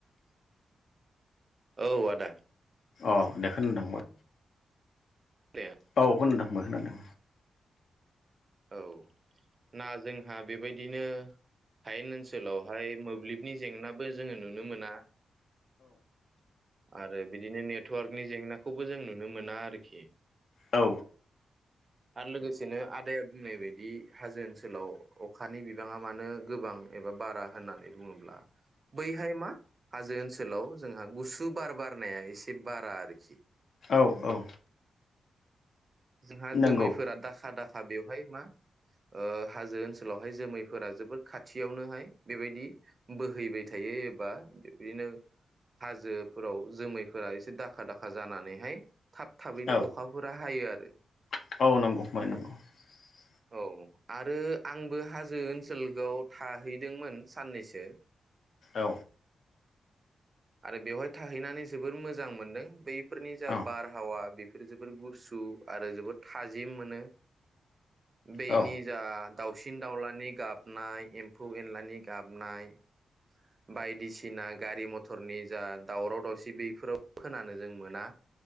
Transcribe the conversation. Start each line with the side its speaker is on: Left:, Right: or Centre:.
Right: औ आदा
Left: अ देखौ थांबाय
Right: दे
Left: औ खोनादों फंबाय खोनादों
Right: औ ना जोंहा बेबायदिनो हायेन ओनसोलावहाय मोब्लिबनि जेंनाबो जोङो नुनो मोना आरो बिदिनो नेटवार्कनि जेंनाखौबो जों नुनो मोना आरोखि
Left: औ
Right: आरो लोगोसेनो आदाया बुंनाय बायदि हाजो ओनसोलाव अखानि बिबाङा मानो गोबां एबा बारा होननानै बुङोब्ला बैहाय मा हाजो ओनसोलाव जोंहा गुसु बार बारनाया एसे बारा आरोखि
Left: औ औ
Right: जोंहा
Left: नंगौ
Right: जोमैफोरा दाखा दाखा बेवहाय मा ओ हाजो ओनसोलावहाय जोमैफोरा जोबोर खाथियावनोहाय बेबायदि बोहैबाय थायो एबा बेबादिनो हाजोफोराव जोमैफोरा एसे दाखा दाखा जानानैहाय थाब थाबैनो
Left: औ
Right: अखाफोरा हायो आरो
Left: <unintelligible>
Right: औ आरो आंबो हाजो ओनसोलखौ थाहैदोंमोन साननैसो
Left: औ
Right: आरो बेवहाय थाहैनानै जोबोर मोजां मोनदों बैफोरनि जा
Left: औ
Right: बारहावा बेफोरो जोबोर गुसु आरो जोबोर थाजिम मोनो बेनि
Left: औ
Right: जा दाावसिन दाउलानि गाबनाय एम्फौ एनलानि गाबनाय बायदिसिना गारि <unintelligible> <unintelligible> जा दावराव दावसि बेफोराव खोनानो जों मोना